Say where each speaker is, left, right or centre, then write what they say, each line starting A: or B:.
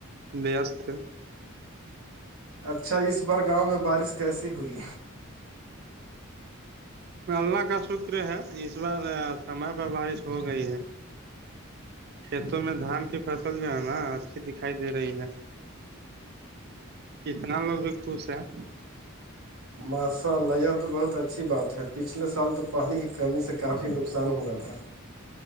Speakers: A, on the right; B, on the right.
A: بیےیاستے
B: اچھا اس بار گاؤں میں بارش کیسی ہوئی
A: اللہ کا شکر ہے اس بار سمے پہ بارش ہو گئی ہے کھیتوں میں دھان کی فصل جو ہے نا اچھی دکھائی دے رہی ہے کتنا لوگ بھی خوش ہیں
B: ماشاء اللہ یہ تو بہت اچھی بات ہے پچھلے سال تو پانی کی کمی سے کافی نقصان ہوا تھا